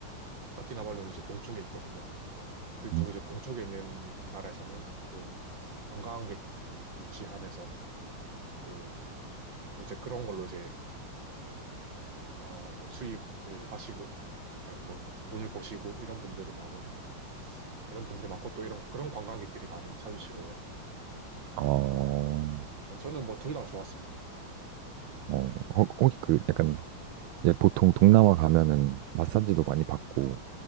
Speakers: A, on the right; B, on the right.
A: 코타키나발루는 이제 동쪽에 있거든요. 그쪽
B: 음.
A: 이제 동쪽에 있는 나라에서는 조금 관광객 유치하면서 또 뭐 이제 그런 걸로 이제 어 뭐 수입을 하시고 아니 뭐 돈을 버시고 이런 분들이 많은 이런 분들이 많고 또 이런 그런 관광객들이 많이 찾으시고요.
B: 어,
A: 아, 네, 저는 뭐 둘 다 좋았습니다.
B: 어, 혹- 혹시 그 약간 이제 보통 동남아 가면은 마사지도 많이 받고